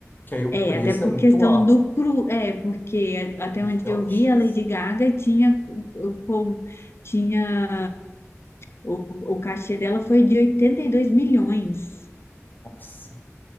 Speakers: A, on the left; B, on the left.
A: Que aí o
B: É,
A: preço
B: até por
A: é muito
B: questão
A: alto.
B: do cru, é, porque
A: O
B: até
A: custo
B: onde
A: é
B: eu
A: altíssimo.
B: vi, a Lady Gaga tinha, com, tinha o, o cachê dela foi de 82 milhões.
A: Nossa,